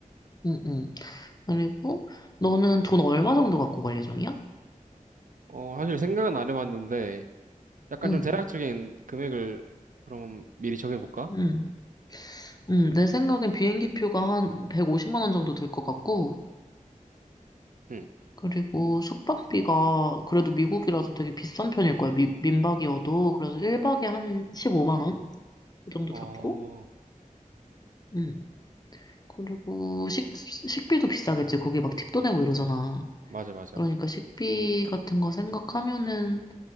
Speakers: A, on the left (about 30°); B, on the right (about 70°).
A: 응, 응. 그리고, 너는 돈 얼마 정도 갖고 갈 예정이야?
B: 어, 사실 생각은 안 해봤는데, 약간
A: 응,
B: 좀 대략적인 금액을 그럼 미리 정해볼까?
A: 응, 응. 내 생각엔 비행기 표가 한 150만 원 정도 될 것 같고,
B: 응.
A: 그리고 숙박비가 그래도 미국이라서 되게 비싼 편일 거야. 미, 민박이어도. 그래서 1박에 한 15만 원? 그 정도
B: 어,
A: 잡고. 음. 그리고 식, 식비도 비싸겠지. 거기 막 팁도 내고 이러잖아.
B: 맞아, 맞아,
A: 그러니까
B: 맞아.
A: 식비 같은 거 생각하면은